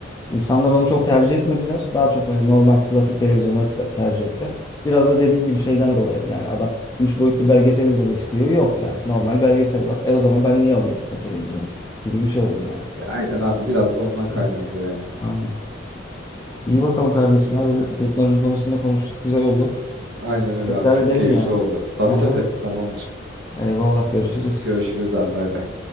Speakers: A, on the left (about 20°); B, on the right (about 80°).
A: İnsanlar onu çok tercih etmediler. Daha çok böyle normal klasik televizyonları te- tercih ettiler. Biraz da dediğin gibi şeyden dolayı yani adam 3 boyutlu belgesel izlemek istiyor. Yok yani normal belgesel var. E o zaman ben niye alayım o televizyonu gibi bir şey oluyor yani.
B: Ya aynen abi biraz da ondan kaynaklı
A: Hı,
B: yani.
A: Aynen. İyi bakalım kardeşim ya böyle teknoloji konusunda konuştuk güzel oldu.
B: Aynen öyle
A: Tekrar
B: abi çok
A: edelim
B: keyifli
A: yani.
B: oldu. Tabii
A: Aha,
B: tabii tamamdır.
A: eyvallah görüşürüz.
B: Görüşürüz abi bay bay.